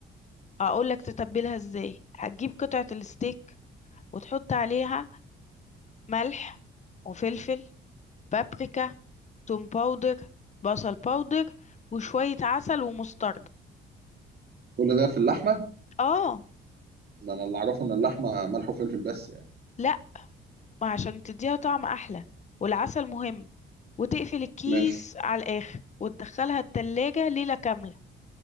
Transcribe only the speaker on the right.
كل ده في اللحمه
ده انا اللي اعرفه ان اللحمه ملح وفلفل بس يعني
ماشي